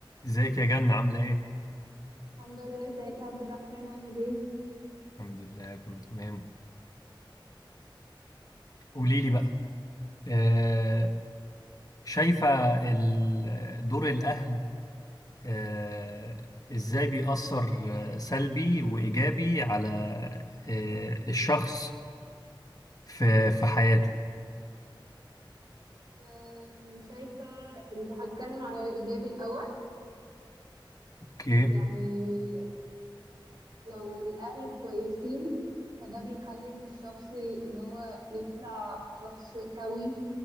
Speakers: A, on the left (about 45°); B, on the right (about 55°).
A: ازيك يا جنة عاملة ايه؟
B: الحمد لله ازيك يا عبد الرحمن عامل ايه؟
A: الحمد لله كله تمام قولي لي بقى آه شايفة ال- دور الأهل آه ازاي بيأثر آه، سلبي وإيجابي على آه الشخص في في حياته
B: آه، شايفة ال- هتكلم على الإيجابي الأول
A: اوكي
B: يعني لو الأهل كويسين فده بيخلي إن الشخص إن هو يطلع شخص سوي